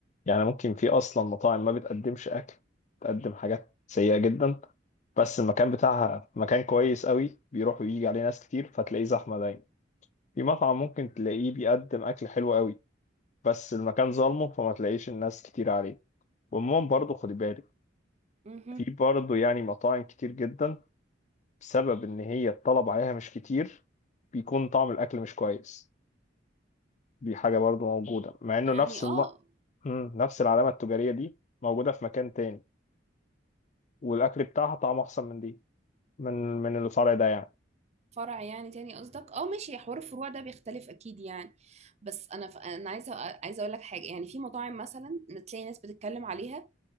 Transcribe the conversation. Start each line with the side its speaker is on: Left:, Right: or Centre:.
Left: يعني ممكن في أصلا مطاعم ما بتقدمش أكل بتقدم حاجات سيئة جدا بس المكان بتاعها مكان كويس قوي بيروح ويجي عليه ناس كتير فتلاقيه زحمة دايما في مطعم ممكن تلاقيه بيقدم أكل حلو قوي بس المكان ظالمه فما تلاقيش الناس كتير عليه وعموما برضه خدي بالك
Right: مهم.
Left: في برضه يعني مطاعم كتير جدا بسبب إن هي الطلب عليها مش كتير بيكون طعم الأكل مش كويس دي حاجة برضه موجودة مع إنه
Right: يعني
Left: نفس الم...
Right: اه
Left: مم، نفس العلامة التجارية دي موجودة في مكان تاني والأكل بتاعها طعمه أحسن من دي من من الفرع ده يعني
Right: فرع يعني تاني قصدك اه ماشي حوار الفروع ده بيختلف اكيد يعني بس انا ف... انا عايزه عايزه اقول لك حاجه يعني في مطاعم مثلا إن تلاقي ناس بتتكلم عليها